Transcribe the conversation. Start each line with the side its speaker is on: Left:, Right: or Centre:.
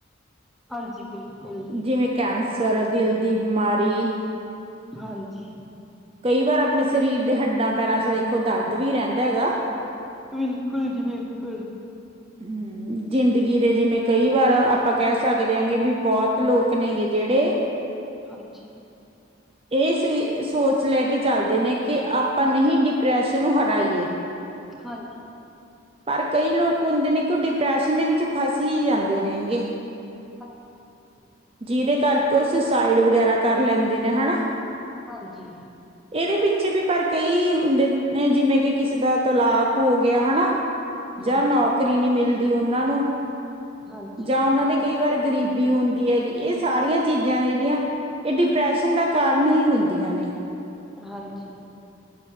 Centre: ਹਾਂਜੀ ਬਿਲਕੁਲ ਜੀ।
Right: ਜਿਵੇਂ ਕੈਂਸਰ, ਦਿਲ ਦੀ ਬਿਮਾਰੀ।
Centre: ਹਾਂਜੀ।
Right: ਕਈ ਵਾਰ ਆਪਣੇ ਸਰੀਰ ਦੇ ਹੱਡਾਂ ਪੈਰਾਂ ਚ ਦੇਖੋ। ਦਰਦ ਵੀ ਰਹਿੰਦਾ ਹੈਗਾ।
Centre: ਬਿਲਕੁਲ ਜੀ ਬਿਲਕੁਲ।
Right: ਹੂੰ, ਜ਼ਿੰਦਗੀ ਦੇ ਜਿਵੇਂ ਕਈ ਵਾਰ। ਆਪਾਂ ਕਹਿ ਸਕਦੇ ਹਾਂ ਕੀ, ਵੀ ਬਹੁਤ ਲੋਕ ਨੇਗੇ ਜਿਹੜੇ
Centre: ਹਾਂਜੀ
Right: ਇਹ ਸ ਸੋਚ ਲੈ ਕੇ ਚੱਲਦੇ ਨੇ ਕਿ, ਆਪਾਂ ਨਹੀਂ ਡਿਪਰੈਸ਼ਨ ਨੂੰ ਹਰਾਈ ਏ।
Centre: ਹਾਂਜੀ।
Right: ਪਰ ਕਈ ਲੋਕ ਹੁੰਦੇ ਨੇ, ਕਿ ਉਹ ਡਿਪਰੈਸ਼ਨ ਦੇ ਵਿੱਚ ਫਸ ਹੀ ਜਾਂਦੇ ਨੇਗੇ।
Centre: ਹਾਂਜੀ ਬਿਲਕੁਲ।
Right: ਜਿਹਦੇ ਕਰਕੇ ਉਹ ਸੁਸਾਈਡ ਵਗੈਰਾ ਕਰ ਲੈਂਦੇ ਨੇ ਹਨਾ।
Centre: ਹਾਂਜੀ।
Right: ਇਹਦੇ ਪਿੱਛੇ ਵੀ ਪਰ ਕਈ ਹੁੰਦੇ ਨੇ, ਜਿਵੇਂ ਕਿ ਕਿਸੇ ਦਾ ਤਲਾਕ ਹੋ ਗਿਆ ਹਨਾ।
Centre: ਹਾਂਜੀ,
Right: ਜਾਂ ਨੌਕਰੀ ਨੀ ਮਿਲਦੀ ਉਹਨਾਂ ਨੂੰ
Centre: ਹਾਂਜੀ,
Right: ਜਾਂ ਉਹਨਾਂ ਦੇ ਕਈ ਵਾਰ ਗਰੀਬੀ ਹੁੰਦੀ ਹੈਗੀ। ਇਹ ਸਾਰੀਆਂ ਚੀਜ਼ਾਂ ਨੇ ਜਿਹੜੀਆਂ ਇਹ ਡਿਪ੍ਰੈਸ਼ਨ ਦਾ ਕਾਰਨ ਹੀ ਹੁੰਦੀਆਂ ਨੇ।
Centre: ਹਾਂਜੀ।